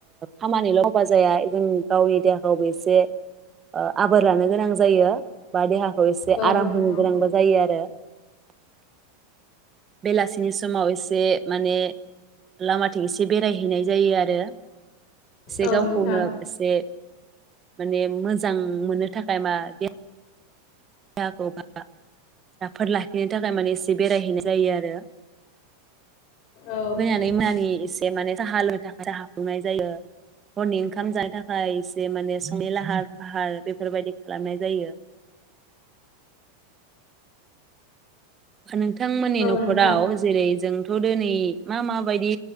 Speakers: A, on the right; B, on the left.
A: खामानिल मावबा जाया जों गावनि देहाखौबो एसे ओ आबोर लानो गोनां जायो बा देहाखौ खौ एसे
B: औ
A: आराम
B: नंगौ
A: होनो गोनांबो जायो आरो बेलासिनि समाव एसे माने लामाथिं एसे बेरायहैनाय जायो आरो एसे
B: औ
A: गावखौनो
B: नोंथां
A: एसे माने मोजां मोननो थाखाय मा देहा देहाखौ बा राफोद लाखिनो थाखाय माने एसे बेरायहैनाय जायो आरो
B: औ औ
A: मैयानि मोनानि एसे माने साहा लोंनो थाखाय साहा खुनाय जायो हरनि ओंखाम जानो थाखाय एसे माने संनि लाहार फाहार बेफोरबायदि खालामनाय जायो। नोंथांमोननि न'खराव
B: नोंथां
A: जेरै जों थ' दिनै मा माबायदि